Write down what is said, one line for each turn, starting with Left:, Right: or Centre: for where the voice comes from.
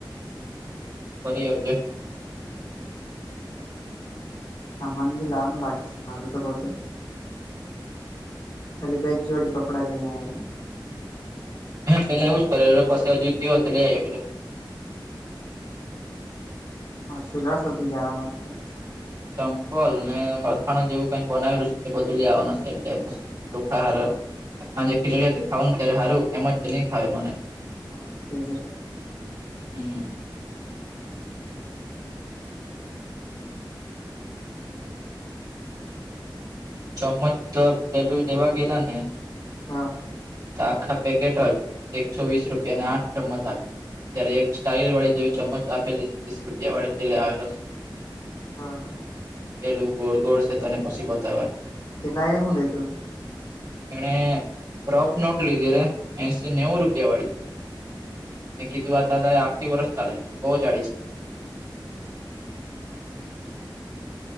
Right: ફરી આવજ
Left: સામાન બી લાવવાનું બાકી છે મારે તો બધું ખાલી બેજ જોડી કપડા લેને આવેલો
Right: હ પેલા આવવું જ કરે પછી હજુ ગયો તો લઈ આવી પેલોું
Left: હમ માર્સેલસ જવાનું એટલે
Right: ચમ્પલ ને અથાણ જેવું કઈ બનાવેલું છે તે બધું લેવાનું છે એટલે પછી ચોખા હ ખીચડી ખાવાનું ત્યારે સારું એમજ નહી ખાવે મને
Left: હા તે જ્યારે
Right: હમ ચમચ તો પલુ લેવા ગલા નને
Left: હા
Right: તો આખા પેકેટ જ એકસો વીસ રૂપિયાને આઠ ચમ્મચ આપ ત્યારે એક સ્ટાલ વાળી જેવી ચમચ આપેલી છે ત્રીસ રૂપિયા વાળી તે લ આવેલો છે
Left: હા હા
Right: પેલું ગોળ ગોળ છે તને પછી બતાવા
Left: હિલાાય શુને તોું
Right: એણે રફ નોટ લીધી રે એસો નેવું રૂપિયા વાળી મેં કીધું આ ત આખી વર્ષ ચાલે છે બહુ જાડી છે
Left: હમ હા